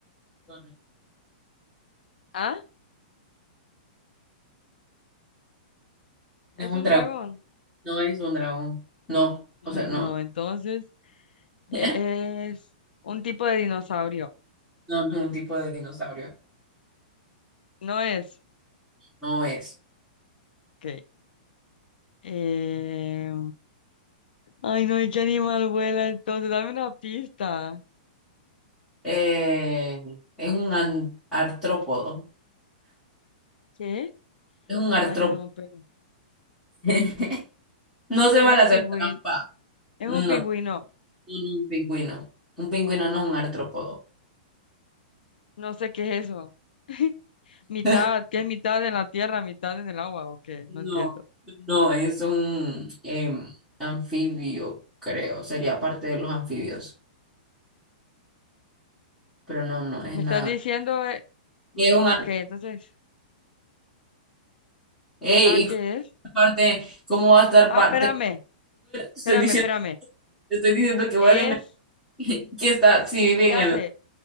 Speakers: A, in the centre; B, on the left (about 85°).
A: No, no
B: ¿Ah? ¿Es
A: es un
B: un
A: dragón.
B: dragón?
A: No es un dragón. No es un dragón. No,
B: Ay,
A: o sea, no.
B: no. Entonces, e-
A: <laughs>
B: es un tipo de dinosaurio.
A: No, no es un tipo de dinosaurio.
B: No es.
A: No es.
B: Ok. Eh... Ay, no. ¿Y qué animal vuela entonces? Dame una pista.
A: Eh, es un an- artrópodo.
B: ¿Qué?
A: Es un artrópodo.
B: Ay, no, pero.
A: <laughs> No se van
B: Es un
A: a hacer
B: pingüino.
A: trampa.
B: Es
A: No,
B: un pingüino.
A: un, un pingüino. Un pingüino no es un artrópodo.
B: No sé qué es eso. <laughs> Mitad,
A: <laughs>
B: que es mitad en la tierra, mitad en el agua, ¿o qué?
A: No,
B: No entiendo.
A: no, es un em, anfibio, creo. Sería parte de los anfibios. Pero no, no es
B: Me
A: nada.
B: estás diciendo, eh, me-
A: Es un an-
B: ok, entonces,
A: Ey,
B: ajá,
A: y
B: ¿qué es?
A: aparte, ¿cómo va a estar
B: Ah,
A: parte?
B: espérame,
A: Estoy
B: espérame,
A: diciendo,
B: espérame.
A: estoy diciendo que huele
B: Es,
A: <laughs> me- que está, si vive
B: ya
A: en
B: sé,
A: el.